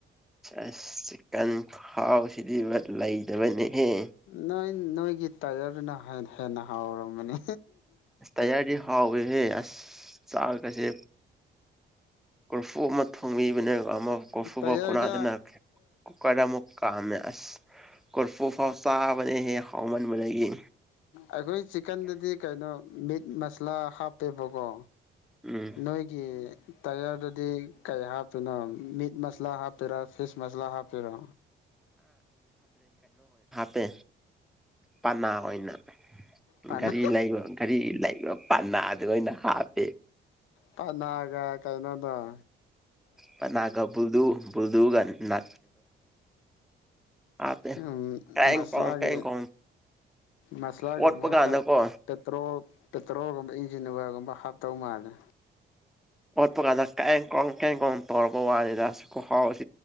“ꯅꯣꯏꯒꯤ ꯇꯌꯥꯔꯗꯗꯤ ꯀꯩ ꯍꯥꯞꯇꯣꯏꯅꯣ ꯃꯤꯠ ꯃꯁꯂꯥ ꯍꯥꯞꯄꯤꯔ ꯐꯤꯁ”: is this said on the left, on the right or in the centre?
Left